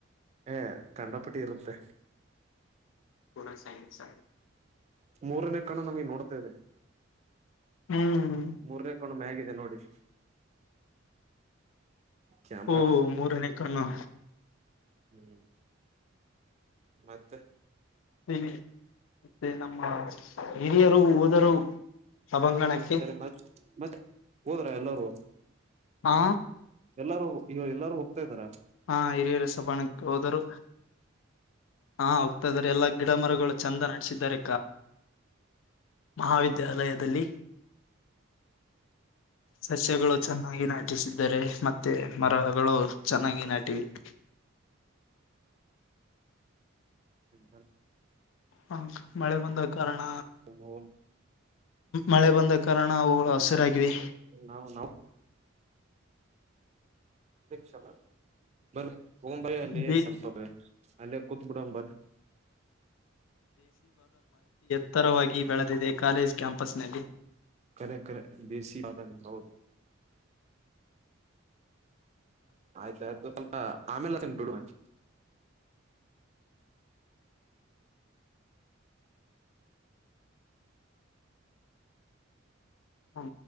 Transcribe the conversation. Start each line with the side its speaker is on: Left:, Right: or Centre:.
Right: ಏ ಕಂಡಪಟ್ಟಿ ಇರುತ್ತೆ
Left: ಪೂನಾ ಸೈನ್ಸ ಆ
Right: ಮೂರನೇ ಕಣು ನಮಗೆ ನೋಡ್ತಾದೆ
Left: ಹ್ಮ್
Right: ಮೂರನೇ ಕಣು ಮ್ಯಗ ನೋಡಿ ಕ್ಯಾಮ್ರಾ
Left: ಓ ಮೂರನೇ ಕ್ಣು
Right: ಹ್ಮ್ ಮತ್ತ
Left: ಸ ಮತ್ತೆ ನಮ್ಮ ಹಿರಿಯರು ಹೋದರು ಸಭಾಂಗಣಕ್ಕೆ
Right: ಸರಿ ಮತ್ ಮತ್ೆ ಹೋದ್ರ ಎಲ್ಲಾರೂ
Left: ಆ
Right: ಎಲ್ಲಾರು ಈ ಎಲ್ಲಾರು ಹೋಗ್ತಾ ಇದ್ದಾರ
Left: ಹಾ ಹಿರಿಯೇರ ಸಬಾಣಕ್ಕೆ ಹೋದರು ಹಾ ಹೋಗ್ತಾ ಇದಾರೆ ಎಲ್ಲಾ ಗಿಡ ಮರಗಳು ಚಂದ ನಡೆಸಿದ್ದಾರೆ ಮಹಾವಿದ್ಯಾಲಯದಲ್ಲಿ ಸಸ್ಯಗಳು ಚೆನ್ನಾಗಿ ನಾಟಿಸಿದ್ದಾರೆ ಮತ್ತೆ ಮರಗಳು ಚೆನ್ನಾಗಿ ನಾಟಿವೆ <inaudible>
Right: ಹ
Left: ಹಾ ಮಳೆ ಬಂದ ಕಾರಣ
Right: ನಾವು
Left: ಮಳೆ ಬಂದ ಕಾರಣ ಅವು ಹಸಿರಾಗಿವೆ
Right: ನಾಾವ ನಾವು ಕ್ಷ ಬಂಬೈ ಅಲ್ಲಿ
Left: ದೇ
Right: ಸ್ವಲ್ಪ ಅಲ್ಲಿ ಕುತ್ಬುಡಾಂಬರ್
Left: ಉತ್ತರವಾಗಿ ಬೆಳೆದಿದೆ ಕಾಲೇಜ್ ಕ್ಯಾಂಪಸ್ನಲ್ಲಿ
Right: ಕರೆ ಕರೆ ದೇಸಿ ಬಾದ ಹೌದು ಆಯ್ತಾಯಯ್ತು ಸ್ವಲ್ಪ ಆಮೇಲೆ ಬಿಡು ಮಾಡಿ
Left: ಹ